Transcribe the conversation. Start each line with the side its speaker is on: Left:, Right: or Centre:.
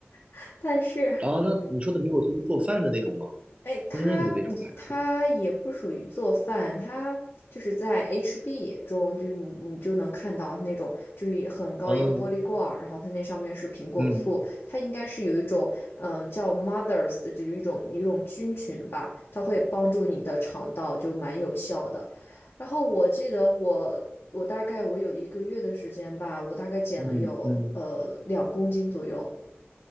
Left: <laughs> 但是
Right: 哦，那你说的苹果醋是做饭的那种吗？
Left: 哎，它你他也不属于做饭，
Right: 烹饪的那种还是？
Left: 它就是在 HB 中，就是你你就能看到那种就是一很高一个玻璃罐儿，
Right: 嗯
Left: 然后它那上面是苹果醋，
Right: 嗯
Left: 它应该是有一种嗯、呃叫 Mothers 的，就是一种一种菌群吧，它会帮助你的肠道，就蛮有效的。然后我记得我我大概我有一个月的时间吧，我大概减了有呃两公斤左右，
Right: 嗯嗯，